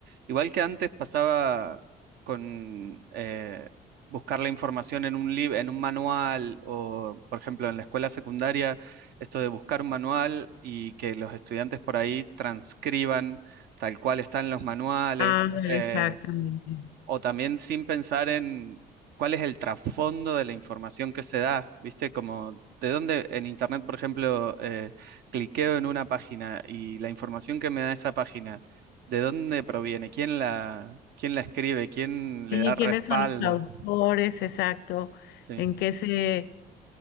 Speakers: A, on the right; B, on the left.
A: igual que antes pasaba con eh, buscar la información en un lib- en un manual o, por ejemplo, en la escuela secundaria, esto de buscar un manual y que los estudiantes por ahí transcriban tal cual están los manuales.
B: Ah,
A: eh,
B: exactamente.
A: o también sin pensar en cuál es el trasfondo de la información que se da, ¿viste? Como de dónde en Internet, por ejemplo, eh, cliqueo en una página y la información que me da esa página, ¿de dónde proviene? ¿Quién la, quién la escribe? ¿Quién le
B: Sí,
A: da respaldo?
B: ¿quiénes son los autores? Exacto.
A: Sí,
B: ¿En qué se,